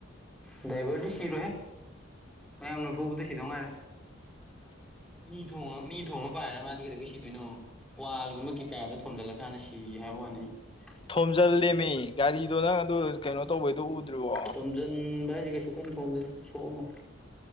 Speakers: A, in the centre; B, on the left.
A: ꯗꯥꯏꯕꯔꯗꯤ ꯁꯤꯔꯣꯏꯍꯦ ꯃꯌꯥꯝꯅ ꯐꯨꯕꯗ ꯁꯤꯗꯧ ꯉꯥꯏꯔꯦ ꯃꯤ ꯊꯣꯝꯃ ꯃꯤ ꯊꯣꯝꯃ ꯄꯥꯏꯔ ꯃꯥꯗꯤ ꯀꯩꯗꯧꯕꯩ ꯁꯤꯗꯣꯏꯅꯣ ꯋꯥꯜꯒꯨꯝꯕ ꯀꯤꯀꯥꯗ ꯊꯣꯝꯖꯤꯜꯂꯀꯥꯟꯗ ꯁꯤ ꯍꯥꯏꯕꯩ ꯋꯥꯅꯤ
B: ꯊꯣꯝꯖꯤꯜꯂꯦꯃꯤ
A: ꯊꯣꯝ
B: ꯒꯥꯔꯤꯗꯣ ꯅꯪ ꯑꯗꯨ ꯀꯩꯅꯣ ꯇꯧꯕꯩꯗꯣ ꯎꯗ꯭ꯔꯤꯕꯣ
A: ꯊꯣꯝꯖꯤꯟꯕ ꯍꯥꯏꯁꯦ ꯀꯩꯁꯨ ꯀꯟꯅ ꯊꯣꯝꯗꯦꯗ ꯁꯣꯛꯑꯝꯃꯣꯏ